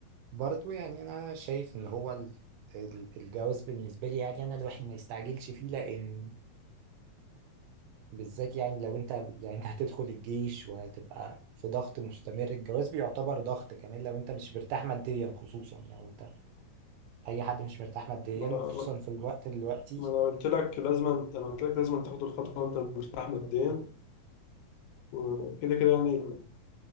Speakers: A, on the right (about 80°); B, on the left (about 80°).
A: برضو يعني أنا شايف إن هو ال- ال- الجواز بالنسبة لي يعني أنا الواحد ما يستعجلش فيه لأن بالذات يعني لو انت يعني انت هتدخل الجيش وهتبقى في ضغط مستمر الجواز بيعتبر ضغط كمان لو انت مش مرتاح ماديا خصوصا يعني انت اي حد مش مرتاح ماديا
B: ما انا
A: وخصوصا في الوقت دلوقتي
B: ما انا قلت لك لازم انت انا قلت لك لازم تاخد الخطوه وانت مرتاح ماديا وكده كده يعني